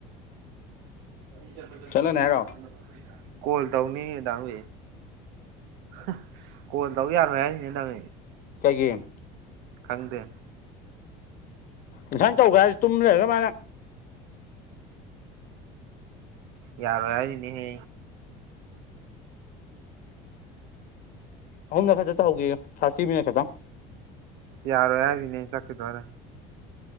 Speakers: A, on the right (about 75°); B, on the left (about 55°).
A: ꯑꯩ ꯆꯠꯄ ꯆꯠꯇꯕ
B: ꯆꯠꯂꯅꯤ
A: ꯗꯨꯅ
B: ꯍꯥꯏꯔꯣ
A: ꯍꯥꯡꯉꯗꯤ ꯐꯗꯧ <inaudible> ꯀꯣꯜ ꯇꯧꯅꯤꯍꯦ ꯗꯥ ꯃꯨꯍꯤ ꯍ ꯀꯣꯜ ꯇꯧ ꯌꯥꯔꯣꯏ ꯍꯥꯏꯔꯤꯅꯦ ꯅꯃꯤ
B: ꯀꯩꯒꯦꯝ
A: ꯈꯪꯗꯦ
B: ꯏꯟꯁꯥꯡ ꯇꯧꯒꯔꯦ ꯍꯥꯏꯁ ꯇꯨꯝ ꯂꯩꯔꯒ ꯃꯥꯥꯅ
A: ꯌꯥꯔꯣꯏ ꯍꯥꯏꯔꯤꯅꯤꯍꯦ
B: ꯑꯍꯨꯝꯂꯛ ꯈꯛꯇ ꯇꯧꯍꯧꯒꯦꯌꯨ ꯊꯥꯔꯇꯤ ꯃꯤꯅꯠ ꯈꯛꯇꯪ
A: ꯌꯥꯔꯣꯏ ꯍꯥꯏꯔꯤꯅꯦ ꯆꯛꯀꯦ ꯇꯧꯂ